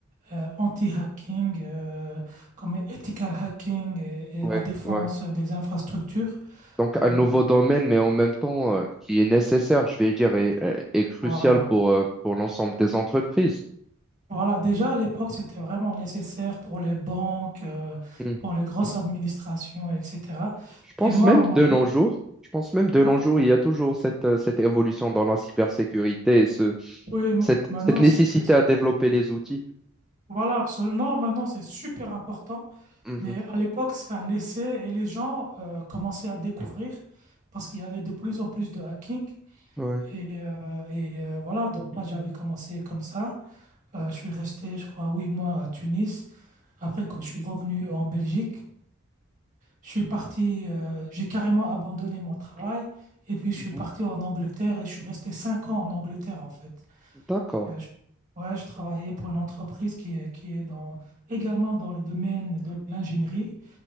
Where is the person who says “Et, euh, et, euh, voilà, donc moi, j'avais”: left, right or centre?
Right